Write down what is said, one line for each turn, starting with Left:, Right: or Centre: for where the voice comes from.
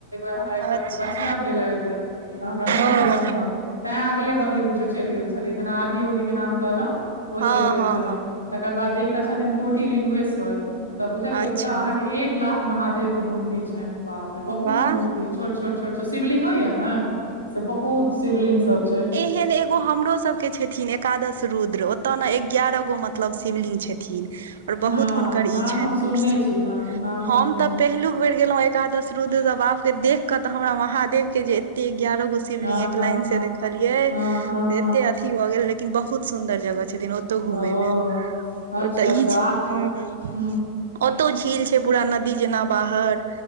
Left: <unintelligible> हमरा एकटा
Right: अच्छा
Left: बचिया भेल हऽ यै बेर तऽ हमरा नै
Right: ओ
Left: भेल सम्भव तै अगले
Right: ओ
Left: बगले बुझियौ चैल गेल छलियै जेना आदियोगी केँ नाम कहलौ ओ
Right: हँ
Left: चैल गेल
Right: हँ
Left: छलौ
Right: हँ
Left: तकर बाद एकटा छथिन कोट लिंग्वेश्वर। ओ तऽ बुझलिये
Right: अच्छा
Left: ओताे अहाँ केँ एक लाख महादेव कऽ मूर्ति छैन बाप रे बहुत
Right: वाह
Left: मूर्ति। छोट छोट छोट छोट शिवलिंग यऽ न से बहुत शिवलिंग सब छैय।
Right: ऐहन एगो हमरो सब केँ छथिन एकादश रुद्र ओ तऽ न ग्यारह गो मतलब शिवलिंग छ थिन और
Left: हँ
Right: बहुत हुनकर
Left: नाम
Right: इ छैन
Left: हम
Right: पुर्ष
Left: सुनने छी हँ नाम
Right: <inaudible> हम
Left: सुनने
Right: तऽ
Left: छी
Right: पहिलुक। एक बेर गेलो एकादश रुद्र जे बाप रे देख कऽ तऽ हमरा महादेव केँ जे एतै ग्यारह। शिवलिंग
Left: हँ
Right: एक
Left: हँ
Right: लाइन
Left: हँ
Right: से देखलियै
Left: हँ हँ हँ
Right: एते अथी भऽ गेल लेकिन बहुत सुंन्दर जगह छथिन ओ ओतौ
Left: ओ
Right: घूमै में
Left: अच्छा
Right: ओ तऽ
Left: अच्छा
Right: ई छै <unintelligible>
Left: ह
Right: औतौ झील छै पूरा नदी जेना बाहर